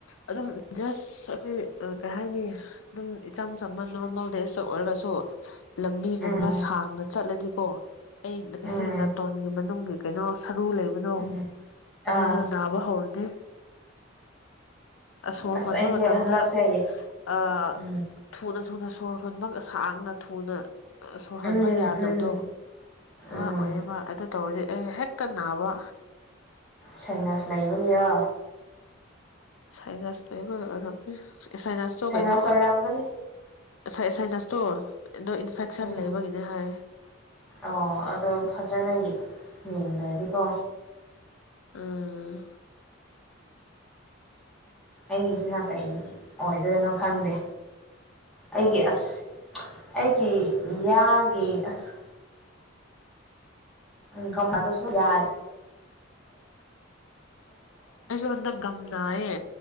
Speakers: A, on the left (about 80°); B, in the centre.
A: ꯑꯗꯨꯝ ꯖꯁ ꯑꯩꯈꯣꯏ ꯀꯔꯤ ꯍꯥꯏꯅꯤ ꯑꯗꯨꯝ ꯏꯆꯝ ꯆꯝꯕ ꯅꯣꯔꯃꯦꯜ ꯗꯦꯁ ꯑꯣꯏꯔꯒꯁꯨ ꯂꯝꯕꯤꯒꯨꯝꯕ
B: ꯎꯝ
A: ꯁꯥꯡꯅ ꯆꯠꯂꯗꯤ ꯀꯣ ꯑꯩ
B: ꯎꯝ
A: ꯑꯁꯤ ꯅꯥꯇꯣꯟ ꯃꯅꯨꯡꯒꯤ ꯀꯩꯅꯣ ꯁꯔꯨ ꯂꯩꯕꯗꯣ
B: ꯎꯝ ꯑꯥ
A: ꯑꯗꯨꯗꯨꯅ ꯅꯥꯕ ꯍꯧꯔꯅꯤ ꯑꯁꯣꯔ
B: ꯑꯁ
A: ꯍꯣꯟꯕ
B: ꯑꯩꯁꯦ
A: ꯃꯇꯝꯗ
B: ꯍꯟꯗꯛꯁꯦ
A: ꯑ
B: ꯎꯝ
A: ꯊꯨꯅ ꯊꯨꯅ ꯁꯣꯔ ꯍꯣꯟꯕ ꯁꯥꯡꯅ ꯊꯨꯅ ꯁꯣꯔꯍꯟꯕ
B: ꯎꯝ
A: ꯌꯥꯗꯕꯗꯣ
B: ꯎꯝ ꯎꯝ
A: ꯑ ꯑꯣꯏꯌꯦꯕ ꯑꯗꯨ ꯗꯨ ꯇꯧꯔꯗꯤ ꯑꯦ ꯍꯦꯛꯇ ꯅꯥꯕ
B: ꯁꯥꯏꯅꯁ ꯂꯩꯕꯒꯤꯔꯣ
A: ꯁꯥꯏꯅꯁ ꯂꯩꯕꯒꯤ ꯑꯣꯏꯔꯝꯃꯦ ꯁꯥꯏꯅꯁꯇꯣ
B: ꯁꯥꯏꯅꯥꯁ
A: ꯀꯩꯅꯣ
B: ꯑꯣꯏꯔꯝꯒꯅꯤ
A: ꯁꯥꯏ ꯁꯥꯏꯅꯁꯇꯣ ꯅꯣ ꯏꯟꯐꯦꯛꯁꯟ
B: ꯎꯝ
A: ꯂꯩꯕꯒꯤꯅꯦ ꯍꯥꯏꯌꯦ
B: ꯑꯣ ꯑꯗꯣ ꯐꯖꯅ ꯌꯦꯡꯗꯗꯤꯀꯣ
A: ꯑꯥ
B: ꯑꯩꯒꯤꯁꯤꯅ ꯀꯩ ꯑꯣꯏꯗꯣꯏꯅꯣ ꯈꯪꯗꯦ ꯑꯩꯒꯤ ꯑꯁ ꯑꯩꯒꯤ ꯌꯥꯒꯤ ꯑꯁ ꯀꯃꯗꯁꯨ ꯌꯥꯔ
A: ꯑꯁꯨꯣꯟꯗ ꯒꯝꯗꯥꯑꯌꯦ